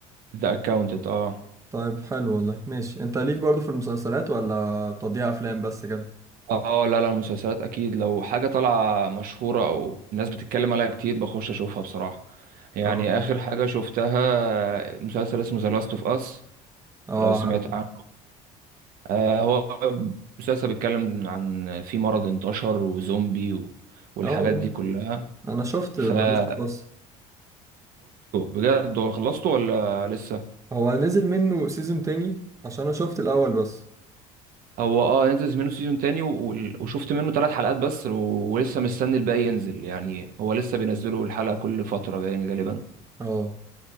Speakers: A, on the right; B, on the right.
A: ذا اكاونتنت اه
B: طيب حلو والله ماشي انت ليك برضو في المسلسلات ولا بتضيع افلام بس كده
A: اه لا لا المسلسلات اكيد لو حاجة طالعة مشهورة او الناس بتتكلم عليها كتير بخش اشوفها بصراحة يعني
B: اه
A: اخر حاجة شفتها مسلسل اسمه ذا لاست اوف اس
B: اه
A: لو سمعت
B: عارفه
A: عنه آه، هو مسلسل بيتكلم عن في مرض انتشر وزومبي و... والحاجات
B: اه آه.
A: دي كلها
B: انا شفت
A: فشفته
B: ذا لاست اوف اس
A: بجد هو خلصته ولا لسه
B: هو نزل منه سيزون تاني عشان انا شفت الاول بس
A: هو اه نزل منه سيزون تاني و... وشفت منه ثلاث حلقات بس و... ولسه مستني الباقي ينزل يعني هو لسه بينزلوا الحلقة كل فترة يعني غالبا
B: اه